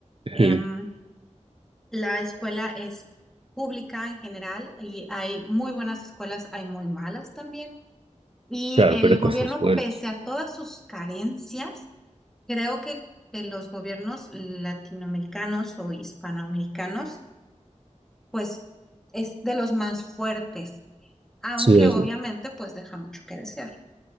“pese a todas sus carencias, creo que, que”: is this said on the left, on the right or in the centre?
Centre